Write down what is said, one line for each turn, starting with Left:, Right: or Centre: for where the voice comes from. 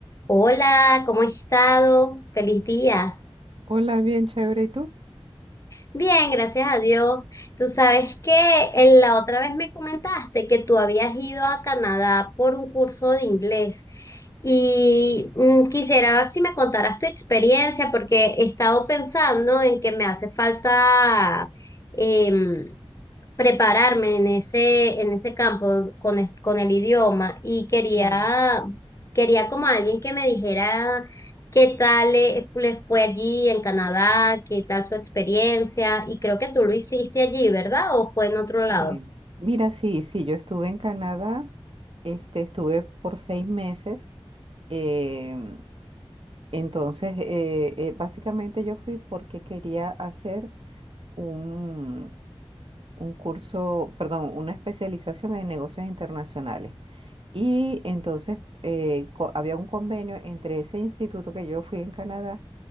Left: Hola, ¿cómo has estado? Feliz día.
Right: Hola, bien chévere. ¿Y tú?
Left: Bien, gracias a Dios. Tú sabes que en la otra vez me comentaste que tú habías ido a Canadá por un curso de inglés y mm, quisiera si me contaras tu experiencia porque he estado pensando en que me hace falta, em, prepararme en ese, en ese campo con, es- con el idioma y quería,
Right: Claro.
Left: quería como alguien que me dijera qué tal le, le fue allí en Canadá, qué tal su experiencia y creo que tú lo hiciste allí, ¿verdad? ¿O fue en otro lado?
Right: Sí, mira, sí, sí, yo estuve en Canadá, este, estuve por seis meses, em, entonces eh, eh, básicamente yo fui porque quería hacer un, un curso, perdón, una especialización en negocios internacionales. Y entonces eh, co- había un convenio entre ese instituto que yo fui en Canadá